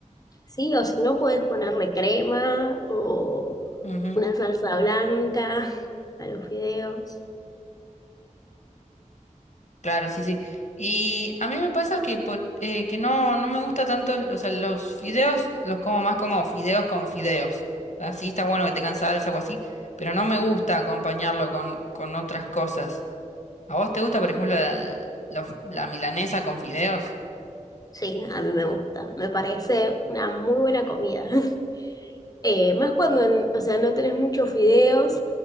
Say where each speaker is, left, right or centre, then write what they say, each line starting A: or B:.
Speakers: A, on the left (about 30°); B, on the left (about 60°).
A: sí, o si no, puedes ponerle crema o
B: Ujú,
A: una salsa blanca <laughs> a los fideos.
B: Claro, sí, sí. Y a mí me pasa que, por- eh, que no, no me gusta tanto, el- o sea, los fideos los como más como fideos con fideos. O sea, sí está bueno que tengan salsa o así, pero no me gusta acompañarlo con, con otras cosas. ¿A vos te gusta, por ejemplo, la, la la milanesa con fideos?
A: Sí, a mí me gusta. Me parece una muy buena comida. <laughs> Eh, más cuando, en- o sea, no tenés muchos fideos,